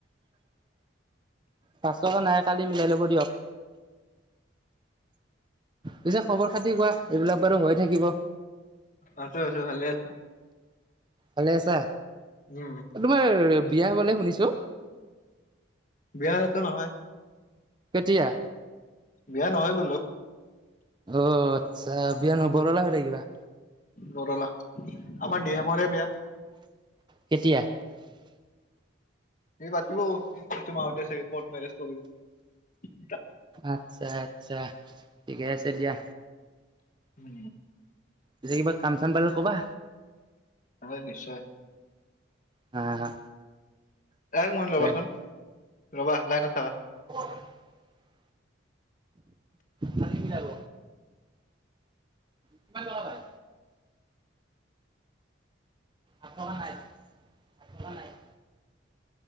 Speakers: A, on the right; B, on the left.
A: পাঁচ টকা নাই কালি মিলাই ল'ব দিয়ক। পিছে খবৰ খাতি কোৱা এইবিলাক বাৰু হৈ থাকিব।
B: আছো আছো ভালে আছো।
A: ভালে আছা।
B: উম
A: তুমাৰ এ। বিয়া বুলি শুনিছোঁ।
B: সেয়াটো নহয়।
A: কেতিয়া।
B: বিয়া নহয় বোলো।
A: অ আচ্ছা বিয়ান বৰলা হৈ থাকিবা।
B: বৰলা আমাৰ ডিয়মৰে বেয়া।
A: কেতিয়া
B: সি পাতিব তোমাহতে চাগে কৰ্ট মেৰেজ কৰিব।
A: আচ্ছা আচ্ছা ঠিকে আছে দিয়া।
B: উম।
A: আজি কিবা। কামচাম পালে কবা।
B: হয় নিশ্চয়
A: হা হা।
B: এক মই
A: ঠিকে
B: ন'বচোও।
A: আছে
B: ৰ'বা লাইন থাকা।
A: <unintelligible> কালি মিলাব। কিমান টকা পাই আকবা নাইট আকবা নাইট